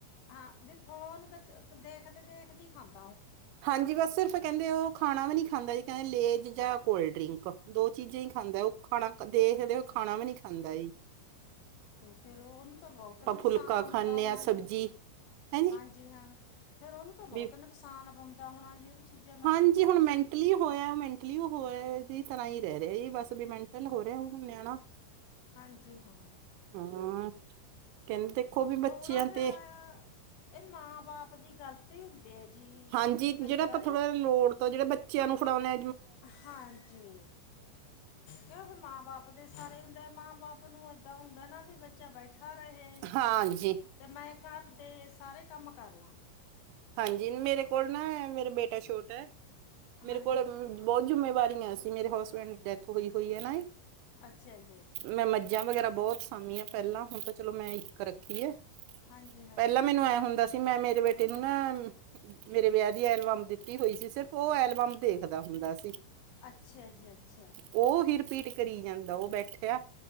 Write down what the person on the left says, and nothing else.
ਹਾਂ ਵੀ ਫੋਨ ਦੇਖਦੇ-ਦੇਖਦੀ ਖਾਂਦੇ
ਤੇ ਫੇਿਰ ਉਹਨੂੰ ਤਾਂ ਬਹੁਤ ਨੁਕਸਾਨ
ਹੁੰਦਾ
ਹੋਣਾ
ਜੀ।
ਹਾਂਜੀ, ਹਾਂ ਫੇਰ ਉਹਨੂੰ ਤਾਂ ਬਹੁਤ
ਨੁਕਸਾਨ ਹੋਣਾ ਜੀ ਉਹਦੀ ਚੀਜ਼ਾਂ ਦਾ
ਹਾਂਜੀ ਹਾਂ।
ਥੋੜ੍ਹਾ ਜਿਹਾ
ਇਹ ਮਾਂ ਬਾਪ ਦੀ ਗਲਤੀ ਹੁੰਦੀ ਹੈ ਜੀ
ਕਈ ਵਾਰੀ
ਹਾਂਜੀ ਕਿ ਓਹੋ ਮਾ ਬਾਪ ਦੇ ਸਾਰੇ ਹੁੰਦੇ। ਮਾਂ ਬਾਪ ਨੂੰ ਏਦਾਂ ਹੁੰਦਾ ਨਾ ਏ ਵੀ ਬੱਚਾ ਬੈਠਾ ਰਹੇ
ਤੇ ਮੈਂ ਘਰ ਦੇ ਸਾਰੇ ਕੰਮ ਕਰ ਲਾਂ।
ਹਾਂਜੀ
ਅੱਛਾ ਜੀ ਅੱਛਾ।
ਹਾਂਜੀ ਹਾਂ
ਅੱਛਾ ਜੱੀ ਅੱਛਾ।